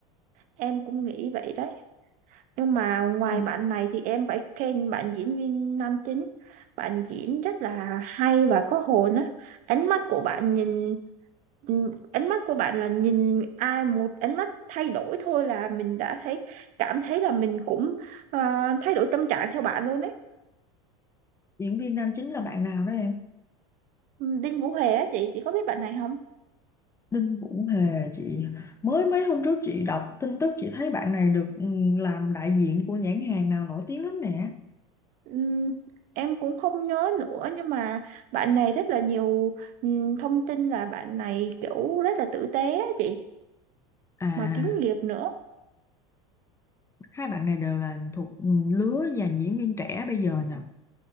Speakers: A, on the right; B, on the left.
A: em cũng nghĩ vậy đấy nhưng mà ngoài
B: Ừ.
A: bạn này thì em phải khen bạn diễn viên nam chính bạn diễn rất là hay và có hồn á ánh mắt của bạn nhìn ừ, ánh mắt của bạn là nhìn ai một ánh mắt thay đổi thôi là mình đã thấy cảm thấy là mình cũng ờ, thay đổi tâm trạng theo bạn luôn đấy
B: Diễn viên nam chính là bạn nào đó em
A: Ừ, Đinh Vũ Hề á chị chị có biết bạn này không
B: Đinh Vũ Hề chị mới mấy hôm trước chị đọc tin tức chị thấy bạn này được ừ, làm đại diện của nhãn hàng nào nổi tiếng lắm nè
A: Ừm, em cũng không nhớ nữa nhưng mà bạn này rất là nhiều ừm, thông tin là bạn này kiểu rất là tử tế á chị
B: à
A: mà kín nghiệp nữa
B: hai bạn này đều là thuộc ừ, lứa dàn diễn viên trẻ bây giờ nhở